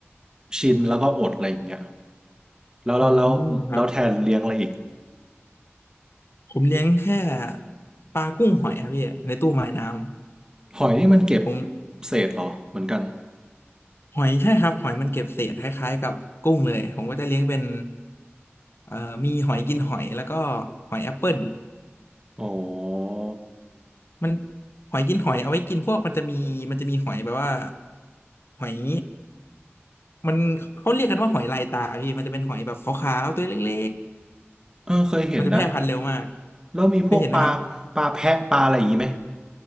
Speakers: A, on the right; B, on the left.
A: ชินแล้วก็อดอะไรอย่างเงี้ยแล้วแล้วแล้วแล้วแทนเลี้ยงอะไรอีก
B: อืมครับผมเลี้ยงแค่ปลากุ้งหอยครับพี่ในตู้ไม้น้ำ
A: หอยนี่มันเก็บ
B: ผม
A: เศษเหรอเหมือนกัน
B: หอยใช่ครับหอยมันเก็บเศษคล้ายๆกับกุ้งเลยผมก็จะเลี้ยงเป็นเอ่อมีหอยกินหอยแล้วก็หอยแอปเปิล
A: อ๋อ
B: มันหอยกินหอยเอาไว้กินพวกมันจะมีมันจะมีหอยแบบว่าหอยมันเขาเรียกกันว่าหอยลายตาพี่มันจะเป็นหอยแบบขาวๆตัวเล็ก
A: เออเคยเห็นนะ
B: ๆมันจะแพร่พันธุ์เร็วมาก
A: แล้วมีพวกปลาปลาแพะปลาอะไรอย่างงี้ไหม
B: เคยเห็นไหมครับ